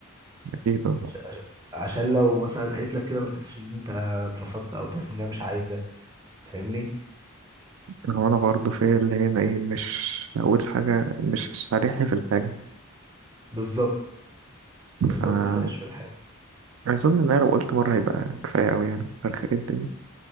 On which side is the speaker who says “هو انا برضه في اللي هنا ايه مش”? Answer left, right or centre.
Right